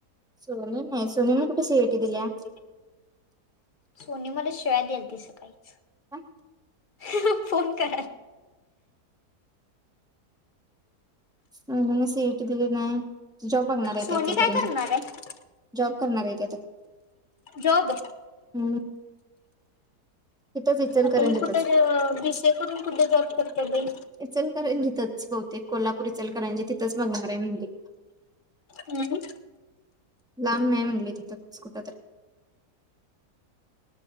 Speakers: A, in the centre; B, on the left (about 40°).
A: सोनु नाही सोनु न कुठ
B: सोनी
A: सीईटी
B: मला कशी
A: दिल्या?
B: येते सोनी मला शिळ्या द्याल ती सकाळीच.
A: आ.
B: अहं फोन कर.
A: सोनी न सीईटी दिली नाही. जॉब बगणार आहे
B: सोनी
A: हित इचलकरंजीत
B: काय करणार आहे
A: जॉब करणार ती आता.
B: जॉब
A: हम्म. तिथंच इचलकरंजीतच
B: आता हि कुठं अ बीसीए करून कुठे जॉब करते बाई?
A: इचलकरंजीतच बहुतेक कोल्हापूरी-इचलकरंजी तिथंच बघणार हाय म्हणली.
B: हम्म.
A: लांब नाही म्हणली तिथच कुठ तरी.